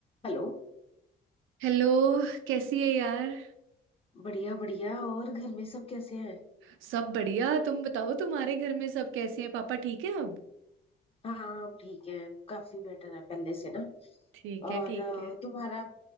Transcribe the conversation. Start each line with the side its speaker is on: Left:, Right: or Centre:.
Left: Hello
Right: Hello कैसी है यार
Left: बढ़िया बढ़िया और घर में सब कैसे हैं
Right: सब बढ़िया तुम बताओ तुम्हारे घर में सब कैसे हैं पापा ठीक है अब
Left: हाँ अब ठीक है काफी बेटर है पहले से ना
Right: ठीक
Left: और
Right: है ठीक
Left: अ,
Right: है
Left: तुम्हारा अ,